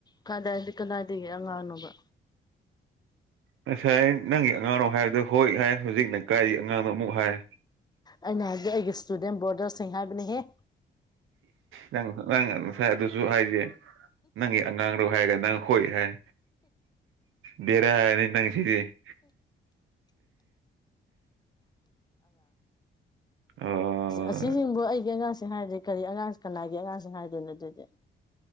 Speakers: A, on the left (about 20°); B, on the right (about 90°).
A: ꯀꯥꯗꯥꯏꯗꯗꯤ ꯀꯗꯥꯏꯗꯒꯤ ꯑꯉꯥꯡꯅꯣꯕ
B: ꯉꯁꯥꯏ ꯅꯪꯒꯤ ꯑꯉꯥꯡꯔꯣ ꯍꯥꯏꯕꯗꯨ ꯍꯣꯏ ꯍꯥꯏ ꯍꯨꯖꯤꯛꯅ ꯀꯥꯏꯗꯒꯤ ꯑꯉꯥꯡꯅꯣ ꯑꯃꯨꯛ ꯍꯥꯏ
A: ꯑꯩꯅ ꯍꯥꯏꯗꯤ ꯑꯩꯒꯤ ꯏꯁꯇꯨꯗꯦꯟ ꯕꯣꯔꯗꯔꯁꯤꯡ ꯍꯥꯏꯕꯅꯤꯍꯦ
B: ꯅꯪ ꯅꯪ ꯉꯁꯥꯏ ꯑꯗꯨꯁꯨ ꯍꯥꯏꯗꯦ ꯅꯪꯒꯤ ꯑꯉꯥꯡꯔꯣ ꯍꯥꯏꯔꯒ ꯅꯪ ꯍꯣꯏ ꯍꯥꯏ ꯕꯦꯔꯥꯅꯤ ꯅꯪꯁꯤꯗꯤ <inaudible> ꯑꯣ
A: ꯑꯁꯤꯁꯤꯡꯕꯨ ꯑꯩꯒꯤ ꯑꯉꯥꯡꯁꯤꯡ ꯍꯥꯏꯔꯗꯤ ꯀꯔꯤ ꯑꯉꯥꯡ ꯀꯅꯥꯒꯤ ꯑꯉꯥꯡꯁꯤꯡ ꯍꯥꯏꯗꯣꯏꯅꯣ ꯑꯗꯨꯗꯤ